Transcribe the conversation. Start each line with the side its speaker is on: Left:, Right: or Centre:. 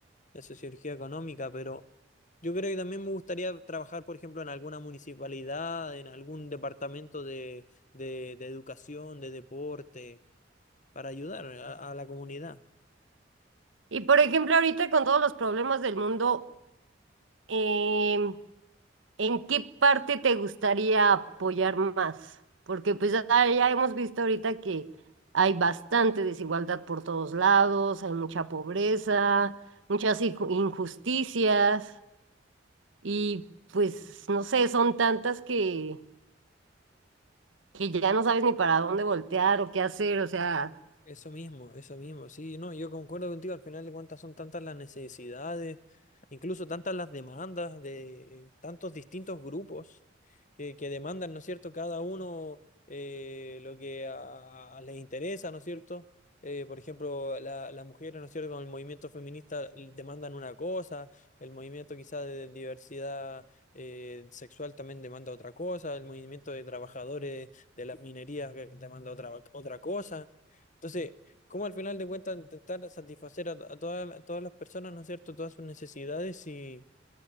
Left: la sociología económica, pero yo creo que también me gustaría trabajar, por ejemplo, en alguna municipalidad, en algún departamento de, de- de educación, de deporte, para ayudar a a la comunidad.
Right: Y por ejemplo, ahorita con todos los problemas del mundo, em, ¿en qué parte te gustaría apoyar más? Porque pues ya, ya hemos visto ahorita que hay bastante desigualdad por todos lados, hay mucha pobreza, muchas inju- injusticias y pues no sé, son tantas que que ya no sabes ni para dónde voltear o qué hacer, o sea,
Left: Eso mismo, eso mismo, sí, no, yo concuerdo contigo, al final de cuentas son tantas las necesidades, incluso tantas las demandas de tantos distintos grupos que, que demandan, ¿no es cierto?, cada uno eh, lo que a, a- les interesa, ¿no es cierto? Eh, por ejemplo, la- las mujeres, ¿no es cierto?, con el movimiento feminista demandan una cosa, el movimiento quizás de diversidad eh, sexual también demanda otra cosa, el movimiento de trabajadores de las minerías eh, demanda otra, otra cosa. Entonces, ¿cómo al final de cuentas intentar satisfacer a, a todas a todas las personas, ¿no es cierto?, todas sus necesidades si,